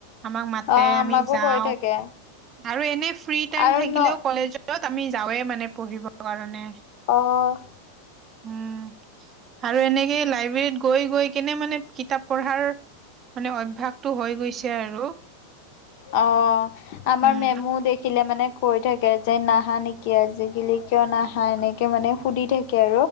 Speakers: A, on the right; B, on the left.
A: আমাক মাতে
B: অ আমাকো
A: আমি যাওঁ।
B: কৈ থাকে
A: আৰু এনে ফ্ৰী টাইম
B: আৰু
A: থাকিলেও
B: ন
A: কলেজত আমি যাওঁৱে মানে পঢ়িব কাৰণে।
B: অ'
A: উম। আৰু এনেকে লাইব্ৰেৰীত গৈ গৈ কেনে মানে কিতাপ পঢ়াৰ মানে অভ্যাসটো হৈ গৈছে আৰু।
B: অ আমাৰ
A: উম,
B: মেমো দেখিলে মানে কৈ থাকে যে নাহা নেকি? আজিকালি, কিয় নাহা এনেকে মানে সুধি থাকে?